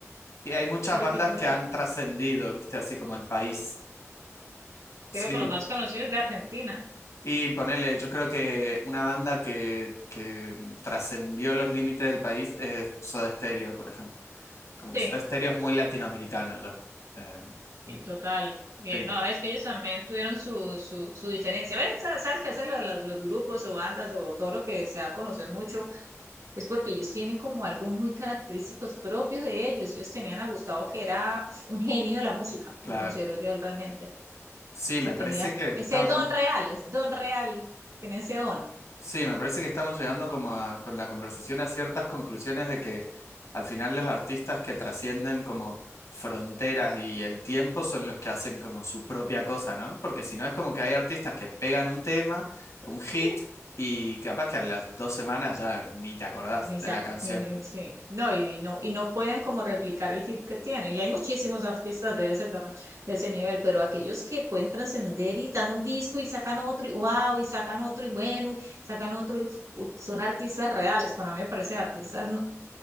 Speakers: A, on the left; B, on the right.
A: Y hay muchas
B: Creo
A: bandas
B: que fueron,
A: que han
B: sí,
A: trascendido, ¿viste? Así como el país. Sí.
B: creo que los más conocidos de Argentina.
A: Y ponele, yo creo que una banda que, que mm, trascendió los límites del país es Soda Stereo, por ejemplo. Como
B: Sí,
A: que Soda Stereo es muy latinoamericano ya. Eh,
B: sí, total. Bien,
A: sí,
B: no, es que ellos también tuvieron su, su, su diferencia. ¿Ves? Sabes que hacer los, los grupos o bandas o todo lo que se da a conocer mucho es porque ellos tienen como algo muy característicos propios de ellos. Ellos tenían a Gustavo que era pf, un genio de la música,
A: claro.
B: lo considero yo él realmente.
A: Sí,
B: O
A: me
B: sea, tenía
A: parece que estamos.
B: ese don real, es don real, tiene ese don.
A: Sí, me parece que estamos llegando como a- con la conversación a ciertas conclusiones de que al final los artistas que trascienden como fronteras y el tiempo son los que hacen como su propia cosa, ¿no? Porque si no es como que hay artistas que pegan un tema, un hit,
B: Sí.
A: y capaz que a las dos semanas ya ni te acordás
B: Ni se-
A: de la canción.
B: ni- sí. No, y, no, y no pueden como replicar el hit que tiene. Y hay muchísimos artistas de ese, tama- de ese nivel, pero aquellos que pueden trascender y dan un disco y sacan otro y wow, y sacan otro y bueno, y sacan otro y uf, son artistas reales. Para mí me parecen artistas no-